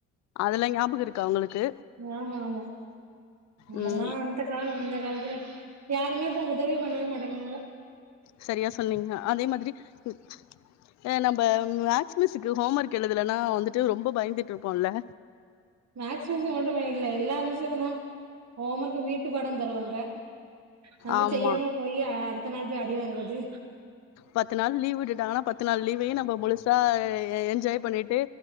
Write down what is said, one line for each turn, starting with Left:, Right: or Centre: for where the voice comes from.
Left: அதெல்லா ஞாபக இருக்கா ஒங்களுக்கு
Right: ஆமா ஆமா அதெலா
Left: ம்
Right: அந்த காலோ இந்த காலத்துல யாருமே இப்ப உதவி பண்ணவே மாட்டேங்றாங்க
Left: செரியா சொன்னீங்க அதே மாதிரி ம் ஆ நம்ம மேக்ஸ்மிஸுக்கு ஹோம் ஒர்க் எழுதுலனா வந்துட்டு ரொம்ப பயந்துட்டு இருப்போல
Right: மேக்ஸ் மிஸ்ஸு மட்டுமில்ல எல்லா மிஸ்ஸுக்குதா ஹோம் ஒர்க் வீட்டு பாடம் தருவாங்க நம்ம
Left: ஆமா
Right: செய்யாம போயி அ அடுத்த நாள் போயி அடிவாங்றது
Left: பத்து நாள் லீவ் விட்டுட்டாங்கனா பத்து நாள் லீவையுநம்ம முழுசா என்ஜாய் பண்ணிட்டு